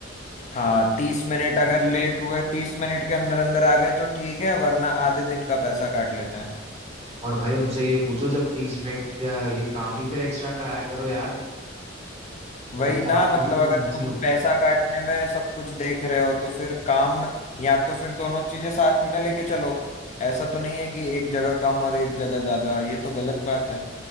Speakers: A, on the left (about 40°); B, on the right (about 35°).
A: हाँ तीस मिनट अगर लेट हुए तीस मिनट के अंदर अंदर आ गए तो ठीक है वरना आधे दिन का पैसा काट लेते हैं
B: और भाई उनसे ये पूछो जब तीस मिनट का ही काम ही फिर एक्स्ट्रा कराया करो यार या
A: वही
B: तो
A: ना
B: काम
A: मतलब
B: भी फिर
A: अगर
B: तीस
A: तुम
B: ही
A: पैसा काटने में सब कुछ देख रहे हो तो फिर काम या तो फिर दोनों चीजें साथ में लेके चलो ऐसा तो नहीं है कि एक जगह कम और एक जगह ज्यादा ये तो गलत बात है